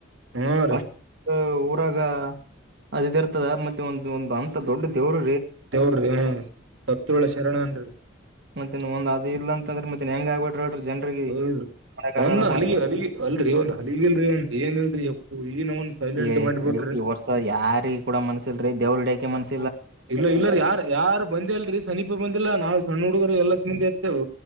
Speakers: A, on the right; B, on the right.
A: ಹಾ ರೀ
B: ಅಷ್ಟ ಊರಾಗ ಅದ ಇರ್ತದ ಮತ್ತೆ ಒಂದು ಒಂದು್ ಅಂತ ದೊಡ್ಡ ದೇವರು
A: ದೇವಡ್ರಿ ಹ ಸತ್ಳ ಶರಣ ಅನ್ರಿ
B: ಮತ್ತೆನ್ ಒಂದ ಅ ಇಲ್ಲ ಅಂದ್ರೆ ಮತ್ತೆನ್ ಹೆಂಗ ಆಗ್ಬ ಬಿಡ್ರಡ್ರರು ಜನ್ರಿಗೆ
A: ಹ್ಮ್
B: ಮಾಡಕ್ ಆಗಲ್ಲಪ್ಪ
A: ಒಂದ್ ಹಲಿಗೆ
B: ಅಂತ
A: ಹ ಅಲ್ರಿ ಒಂದ್ ಹಲಿಗೆಲ್ರಿ ಒಂದ ಏನ್ಿಲ್ರಿ ಎಪ್ಪು ಈ ನನ್ ಸೈಲೆಂಟ್
B: ಏ
A: ಮಾಡಿಬಿಡ್ರಿ
B: ಈ ವರ್ಷ ಯಾರಿಗ ಕೂಡ ಮನ್ಸಲ್ರರಿ ದೇವ್ರಡಕೆ ಮನ್ಸ
A: ಇಲ್ಲ ಇಲ್ಲ ಯಾರ್ು ಯಾರು ಬಂದೇ ಅಲ್ರಿ ಸಮನೀಪ ಬಂದಿಲ್ಲಾ ನಾವ್ ಸಣ್ಣ ಹುಡುಗರು ಎಲ್ಲ ಸಂದಿ ಎತ್ತ